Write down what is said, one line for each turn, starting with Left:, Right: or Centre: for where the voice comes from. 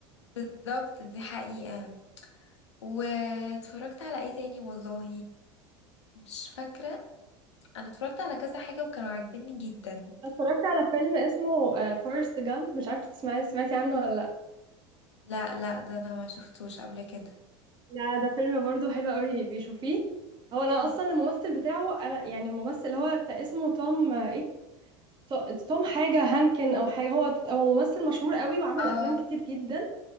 Left: بالظبط دي حقيقه واتفرجت على ايه تاني والله مش فاكره انا اتفرجت على كذا حاجه وكانوا عاجبني جدا
Right: أنا اتفرجت على فيلم اسمه فورست جامب مش عارفه تسمعي سمعتي عنه ولا لا
Left: لا لا ده انا ما شفتوش قبل كده
Right: لا ده فيلم برضو حلو قوي بيشوفيه هو انا
Left: <laughs>
Right: اصلا الممثل بتاعه انا يعني الممثل اللي هو بتاع اسمه توم آه، ايه تو- توم حاجه هانكن او حاجه هو هو ممثل مشهور قوي وعمل
Left: اه
Right: افلام كتير جدا